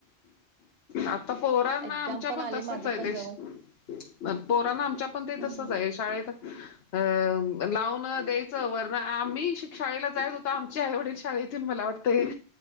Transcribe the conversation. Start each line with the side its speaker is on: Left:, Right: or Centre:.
Left: आता पोरांना
Right: एक्झाम
Left: आमच्या पण
Right: आले
Left: तसच
Right: माझं
Left: आहे,
Right: पण
Left: तेश
Right: जवळ
Left: म पोरांना आमच्या पण ते
Right: हं,
Left: तसंच
Right: हं.
Left: आहे, शाळेत
Right: <inaudible>
Left: अ लावून द्यायचं, वरनं आम्ही शिक शाळेला जायच होतो, आमचे आईवडील शाळेत ते मला वाटतंय,